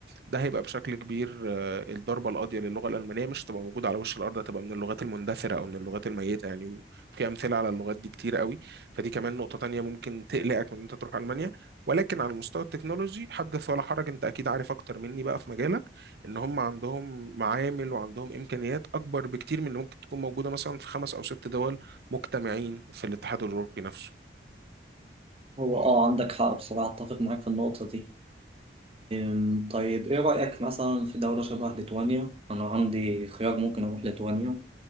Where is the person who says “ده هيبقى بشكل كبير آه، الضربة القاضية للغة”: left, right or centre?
Right